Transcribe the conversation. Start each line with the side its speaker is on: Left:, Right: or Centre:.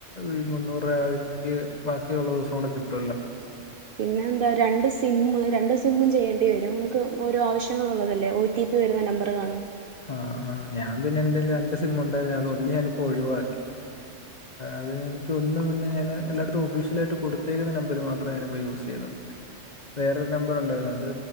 Left: ഈ മുന്നൂറു രൂപാക്ക് ബാക്കിയുള്ള ദിവസം കൂടെ കിട്ടുവല്ലോ.
Right: പിന്നെ എന്താ രണ്ട് സിമ്മ് രണ്ട് സിമ്മും ചെയ്യേണ്ടി വരും നമുക്ക് ഓരോ ആവശ്യങ്ങൾ ഉള്ളതല്ലേ ഒ ടി പി വരുന്ന നമ്പറ് കാണും.
Left: ആഹ് ആഹ് ഞാൻ പിന്നെ എൻ്റേല് രണ്ട് സിമ്മ് ഒണ്ടായിരുന്നത് ഒന്ന് ഞാനിപ്പോ ഒഴിവാക്കി. അത് എനിക്ക് ഒന്ന് പിന്നെ ഞാന് എല്ലായിടത്തും ഒഫീഷ്യലായിട്ട് കൊടുത്തേക്കുന്ന നമ്പറ് മാത്രം ഞാനിപ്പോ യൂസ് ചെയ്യുന്നുണ്ട്. <inaudible> വേറൊരു നമ്പർ ഉണ്ടായിരുന്നു അത്